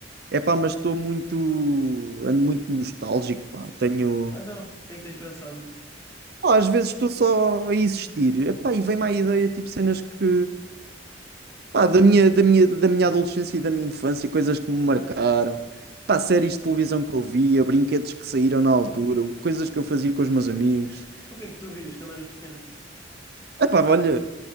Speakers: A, on the right; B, on the left.
A: Epá, mas estou muito, ando muito nostálgico, pá. Tenho,
B: Então, o que é que tens pensado?
A: pá, às vezes estou só a existir. Epá, e vem-me à ideia tipo cenas que, pá, da minha, da minha, da minha adolescência e da minha infância, coisas que me marcaram. Pá, séries de televisão que eu via, brinquedos que saíram na altura, coisas que eu fazia com os meus amigos.
B: O que é que tu vias quando eras pequeno?
A: Epá, olha,